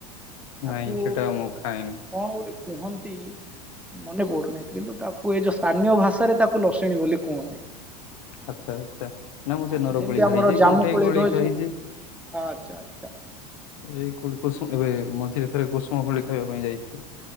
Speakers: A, in the centre; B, on the left (about 55°).
A: ତାକୁ
B: ନାଇଁ ସେଟା ମୁଁ ଖାଇନି।
A: କଣ ଗୋଟେ କୁହନ୍ତି ମନେ ପଡୁନାହି କିନ୍ତୁ ତାକୁ ଏ ଯୋଉ ସ୍ଥାନୀୟ ଭାଷାରେ ତାକୁ ଲସଣୀ ବୋଲି କୁହନ୍ତି।
B: ଆଚ୍ଛା ଆଚ୍ଛା ନା ମୁଁ
A: ହଁ
B: ସେ ନରକୋଳି
A: ଯେମିତି ଆମର
B: ଖାଇଛି
A: ଜାମୁକୋଳି
B: କଣ୍ଠେଇ କୋଳି
A: ରୋଜ
B: ଖାଇଛି।
A: ଆଚ୍ଛା ଆଚ୍ଛା
B: ଏଇ କୋ କୁସୁମ ଏବେ ମଝିରେ ଥରେ କୁସୁମ କୋଳି ଖାଇବା ପାଇଁ ଯାଇଥିଲି।